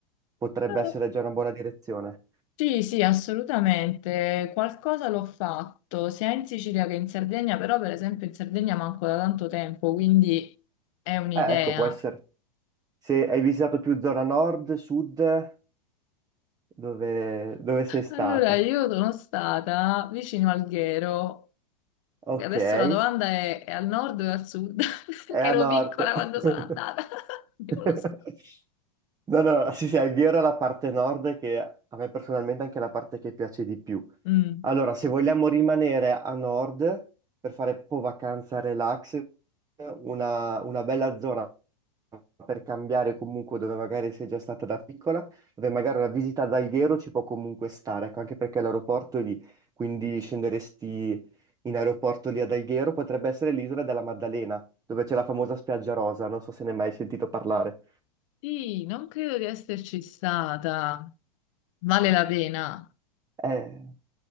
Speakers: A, on the right (about 20°); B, on the left (about 55°).
A: potrebbe
B: Eh,
A: essere già una buona direzione.
B: Sì, sì, assolutamente. Qualcosa l'ho fatto sia in Sicilia che in Sardegna, però per esempio in Sardegna manco da tanto tempo, quindi è un'idea.
A: Eh, ecco, può essere. Se hai visitato più zona nord, sud, dove, dove sei stata?
B: Allora, io sono stata vicino Alghero
A: Ok,
B: Adesso
A: è
B: la domanda è, è al nord o al sud? <laughs> Perché
A: a
B: ero piccola
A: nord.
B: quando sono andata, <laughs> quindi non
A: <laughs>
B: lo so.
A: No, no, sì, sì, Alghero è la parte nord che a me personalmente è anche la parte che piace di più.
B: Mm.
A: Allora, se vogliamo rimanere a nord per fare un po' vacanza relax, una, una bella zona per cambiare comunque dove magari sei già stata da piccola, dove magari la visita ad Alghero ci può comunque stare, ecco, anche perché l'aeroporto è lì, quindi scenderesti in aeroporto lì ad Alghero, potrebbe essere l'isola della Maddalena, dove c'è la famosa spiaggia rosa, non so se ne hai mai sentito parlare.
B: Sì, non credo di esserci stata. Vale la pena.
A: Eh...